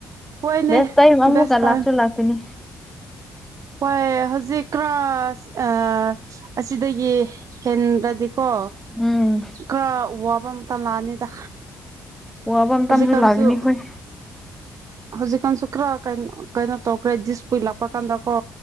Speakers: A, on the right; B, in the centre.
A: ꯍꯣꯏꯅꯦ
B: ꯦꯁ ꯇꯏ ꯃꯝꯃꯨ
A: ꯕꯦꯁ
B: ꯀ
A: ꯇꯥꯏꯝ
B: ꯂꯥꯛꯆꯣ ꯂꯥꯛꯀꯅꯤ
A: ꯍꯣꯏ ꯍꯧꯖꯤꯛ ꯀ꯭ꯔꯥꯁ ꯑꯁꯤꯗꯒꯤ ꯍꯦꯟ ꯈꯔꯗꯤꯀꯣ
B: ꯎꯝ
A: ꯈꯔ ꯋꯥꯕ ꯑꯃꯇ ꯂꯥꯛꯑꯅꯤꯗ
B: ꯋꯥꯕ ꯃꯇꯝꯁꯨ
A: ꯍꯧꯖꯤꯛ ꯀꯥꯟꯁꯨ
B: ꯂꯥꯛꯒꯅꯤ ꯑꯩꯈꯣꯏ
A: ꯍꯧꯖꯤꯛ ꯀꯥꯟꯁꯨ ꯀ꯭ꯔꯥ ꯀꯩꯅ ꯀꯩꯅꯣ ꯇꯧꯈ꯭ꯔꯦꯖꯤꯁꯄ ꯂꯥꯛꯄ ꯆꯄ ꯀꯥꯟꯗ ꯀꯣ